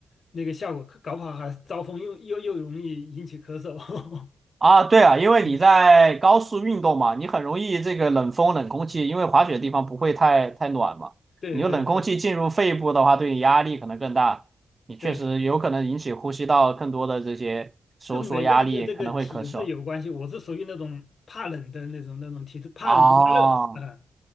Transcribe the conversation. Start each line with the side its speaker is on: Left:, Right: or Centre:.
Left: 那个效果，搞不好还招风又又又容易引起咳嗽。
Right: 啊，对啊，因为你在高速运动嘛，
Left: <laughs>
Right: 你很容易这个冷风、冷空气，因为滑雪的地方不会太太暖嘛，
Left: 对对对
Right: 你就冷空气进入肺部的话，对你压力可能更大，你确实有可能引起呼吸道更多的这些收缩压力，
Left: 对，跟每个人的这个体质有关系。
Right: 可能会咳嗽
Left: 我是属于那种怕冷的那种那种体质，怕冷不怕热啊，
Right: 啊。